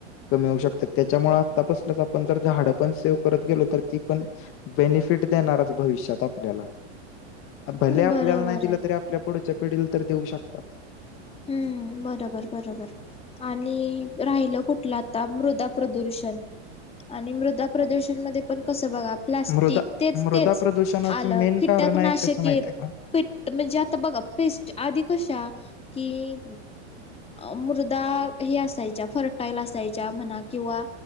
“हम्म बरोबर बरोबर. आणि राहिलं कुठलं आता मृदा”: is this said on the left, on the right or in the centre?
Left